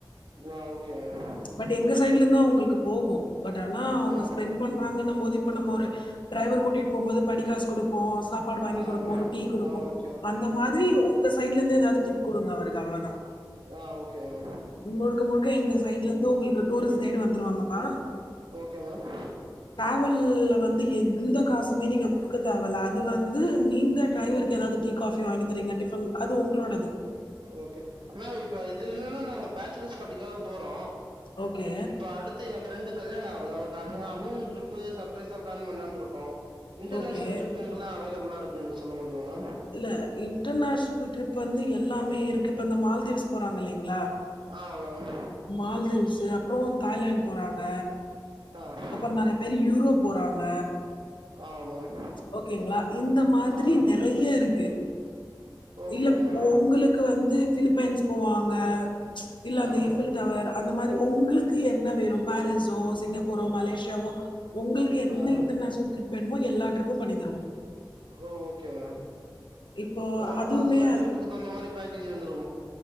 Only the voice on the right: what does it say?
ஆ ஓகே மேம்
ஆ
ஆ
ஆ ஓகே ஓகே
ஆ ஓகே மேம்
ஓகே மேம்
ஓக்கே மேம் இப்ப இது என்னன்னா நாங்க பேச்சுலர்ஸ் பார்டிக்காக போறோ
இப்ப அடுத் அடுத்து என் ப்ஃரெண்டு கல்யாண ஆவுது அவுனுக்கு ஹனிமூன் ட்ரிப் சப்ரைஸா பிளான் பண்ணான்ருக்கோ இன்ர்நேஷனல்
ட்ரிப் எங்கெல்லா அவைலெபில்லா இருக்குன் சொல்ல முடியமா மேம்
ஆ மேம்
ஹா
ஆமா மேம்
ஆ
ஓகே
மேம்
ஆ
ஆ
ஓக்கே மேம்
ஓ ப்ப
அது மாரி ட்ரிப்புக்கு தவுந்த மாரி பேக்கேஜ்ஜு வந்துரூ